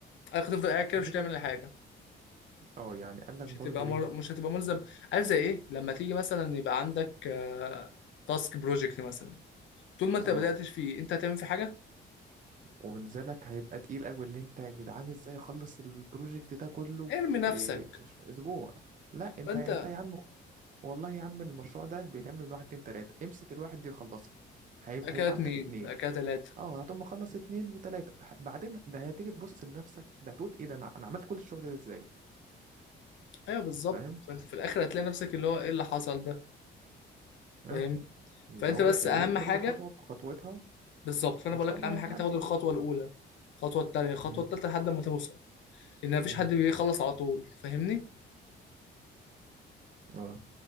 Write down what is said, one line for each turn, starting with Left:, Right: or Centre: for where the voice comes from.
Left: قال لك تفضل قاعد كده
Right: قال
Left: مش هتعمل
Right: لك
Left: حاجة
Right: اه يعني قال لك
Left: مش
Right: برضو
Left: هتبقى مر...
Right: ايه
Left: مش هتبقى ملزم عارف زي ايه لما تيجي مثلا يبقى عندك آه، تاسك بروجكت مثلا طول ما انت
Right: اه
Left: بدأتش فيه انت هتعمل في حاجة
Right: وبنزلك هيبقى تقيل قوي اللي انت يا جدعان ازاي اخلص البروجكت ده كله في
Left: ارمي نفسك
Right: ش- اسبوع لا انت
Left: فانت
Right: انت يا عم خ- والله يا عم المشروع ده بيتعمل من واحد اتنين تلاتة امسك الواحد دي خلصه هيبقى
Left: بقى كده
Right: هيبقى
Left: اتنين
Right: عندك اتنين
Left: بقى كده تلاتة
Right: اه هتقوم مخلص اتنين وتلاتة ح- بعدين ده هتيجي تبص لنفسك ده هتقول ايه ده انا انا عملت كل الشغل ده ازاي
Left: ايوه بالظبط
Right: فاهم
Left: فانت في الاخر هتلاقي نفسك اللي هو ايه اللي حصل ده
Right: اه
Left: فاهم
Right: اللي
Left: فانت
Right: هو
Left: بس
Right: اللي
Left: اهم
Right: هي كل
Left: حاجه
Right: خطوة بخطوتها
Left: بالظبط فانا
Right: وان
Left: بقول
Right: شاء
Left: لك
Right: الله
Left: اهم
Right: هتعدي
Left: حاجه تاخد الخطوه
Right: يعني
Left: الاولى الخطوه الثانيه الخطوه
Right: مم.
Left: الثالثه لحد ما توصل لان مفيش
Right: مم.
Left: حد بيخلص على طول فاهمني
Right: اه